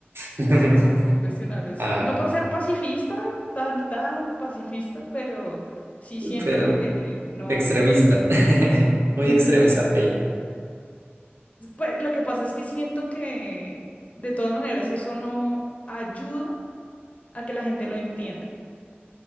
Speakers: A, on the right; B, on the left.
A: <laughs>
B: son cuestionables.
A: Ah.
B: No por ser pacifista, tan, tan pacifista, pero sí siento
A: pero
B: que no.
A: extremista, <laughs> muy
B: n-
A: extremista, Pei.
B: Pues lo que pasa es que siento que de todas maneras eso no ayuda a que la gente lo entienda,